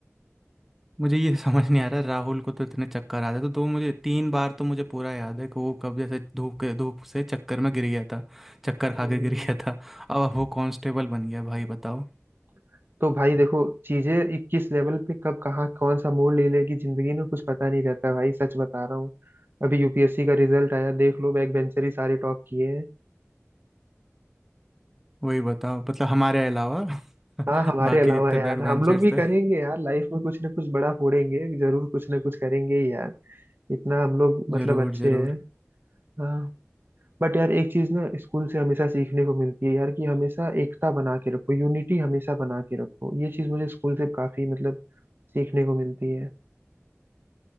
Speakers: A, in the centre; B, on the right.
A: मुझे ये <laughs> समझ नहीं आ रहा राहुल को तो इतने चक्कर आते थे तो मुझे तीन बार तो मुझे पूरा याद है कि वो कब जैसे धूप के धूप से चक्कर में गिर गया था चक्कर
B: हम्म,
A: खा के गिर गया था अब वो कांस्टेबल बन गया भाई बताओ
B: <laughs> तो भाई देखो चीजें किस लेवल पे कब कहाँ कौन सा मोड़ ले लेगी जिंदगी में कुछ पता नहीं रहता भाई सच बता रहा हूँ अभी यूपीएससी का रिजल्ट आया देख लो बैक बेंचर ही सारे टॉप किए हैं
A: वही बताओ मतलब हमारे अलावा <laughs>
B: हाँ हमारे
A: बाकी
B: अलावा
A: जितने
B: यार
A: बैक
B: हम
A: बेंचर्स
B: लोग भी करेंगे
A: थे
B: यार लाइफ में कुछ ना कुछ बड़ा फोड़ेंगे जरूर कुछ ना कुछ करेंगे ही यार इतना हम लोग मतलब
A: जरूर
B: अच्छे
A: जरूर
B: हैं हाँ बट यार एक चीज ना स्कूल से हमेशा सीखने को मिलती है यार कि हमेशा एकता बना के रखो यूनिटी हमेशा बना के रखो ये चीज मुझे स्कूल से काफी मतलब सीखने को मिलती है